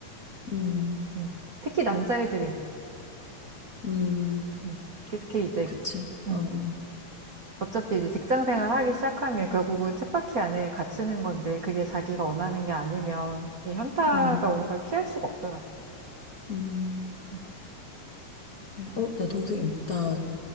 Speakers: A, on the left; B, on the right.
A: 음,
B: 음. 특히 남자애들이
A: 음,
B: 음. 특히 이제
A: 그치.
B: 음.
A: 어, 어,
B: 어차피 이제 직장 생활 하기 시작하면 결국은 쳇바퀴 안에 갇히는 건데 그게 자기가 원하는 게 아니면 이 현타가
A: 음,
B: 오는 걸 피할 수가 없더라.
A: 음.
B: 응.
A: 그래. 어, 나 동생, 나